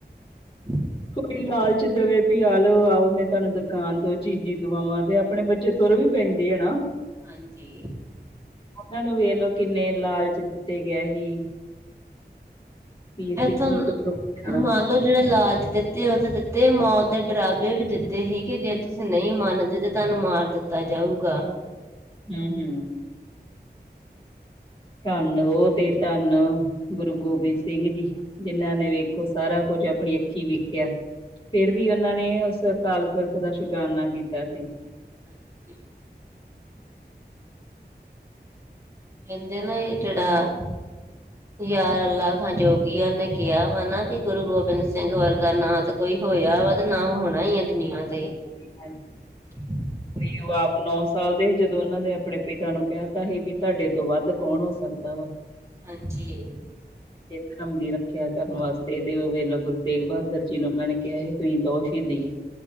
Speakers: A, on the right (about 15°); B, on the left (about 30°).
A: <inaudible>
B: ਕੋਈ ਲਾਲਚ ਦੇਵੇ ਵੀ ਆਲੋ ਆਓ ਮੈਂ ਤੁਹਾਨੂੰ ਦੁਕਾਨ ਤੋਂ ਚੀਜ਼ੀ ਦਵਾਵਾਂ ਤੇ ਆਪਣੇ ਬੱਚੇ ਤੁਰ ਵੀ ਪੈਂਦੀ ਏ ਨਾ।
A: ਹਾਂਜੀ।
B: ਉਨਾਂ ਨੂੰ ਵੇਖਲੋ ਕਿੰਨੇ ਲਾਲਚ ਦਿੱਤੇ ਗਏ ਸੀ ਵੀ ਸਿੱਖੀ
A: ਇੱਥੋਂ ਮੰਨ
B: ਤੋਂ ਦੂਰ ਜਾਣਾ
A: ਲੋ ਜੇੜੇ ਲਾਲਚ ਦੇ ਤੇ ਉਦੇ ਦਿੱਤੇ ਮੌਤ ਦੇ ਡਰਾਬੇ ਵੀ ਦਿੱਤੇ ਸੀ ਕਿ ਜੇ ਤੁਸੀਂ ਨਈ ਮੰਨਦੇ ਤੇ ਤੁਆਨੂੰ ਮਾਰ ਦਿੱਤਾ ਜਾਊਗਾ।
B: ਹੂੰ-ਹੂੰ ਧੰਨ ਉ ਤੇ ਧੰਨ ਗੁਰੂ ਗੋਬਿੰਦ ਸਿੰਘ ਜੀ। ਜਿੰਨਾਂ ਨੇ ਵੇਖੋ ਸਾਰਾ ਕੁੱਝ ਆਪਣੀ ਅੱਖੀਂ ਵੇਖਿਆ। ਫੇਰ ਵੀ ਉਨਾਂ ਨੇ ਉਸ ਅਕਾਲ ਪੁਰਖ ਦਾ ਸ਼ੁਕਰਾਨਾ ਕੀਤਾ ਸੀ।
A: ਹਾਂਜੀ। ਕੈਂਦੇ ਨੇ ਏ ਜੇੜਾ ਯਾਰ ਅਲਾ ਖਾਂ ਜੋਗੀ ਉਨੇ ਕਿਹਾ ਵਾ ਨਾ ਕਿ ਗੁਰੂ ਗੋਬਿੰਦ ਸਿੰਘ ਵਰਗਾ ਨਾ ਨਾ ਕੋਈ ਹੋਇਆ ਵਾ ਤੇ ਨਾ ਹੋਣਾ ਈ ਆ ਦੁਨੀਆਂ ਤੇ
B: ਹਾਂਜੀ।
A: <inaudible>
B: ਵੀ ਉ ਆਪ ਨੌ ਸਾਲ ਦੇ ਸੀ ਜਦੋਂ ਉਨਾਂ ਨੇ ਆਪਣੇ ਪਿਤਾ ਨੂੰ ਕਹਿ ਤਾ ਸੀ ਵੀ ਤੁਹਾਡੇ ਤੋਂ ਵੱਧ ਕੌਣ ਹੋ ਸਕਦਾ ਵਾ।
A: ਹਾਂਜੀ।
B: ਤੇ ਧਰਮ ਦੀ ਰੱਖਿਆ ਕਰਨ ਵਾਸਤੇ ਤੇ ਵੇਲੋਂ ਗੁਰੂ ਤੇਗ ਬਹਾਦਰ ਜੀ ਨੂੰ ਉਨਾਂ ਨੇ ਕਿਆ ਹੀ ਤੁਸੀਂ ਦੋ ਸ਼ਹੀਦੀ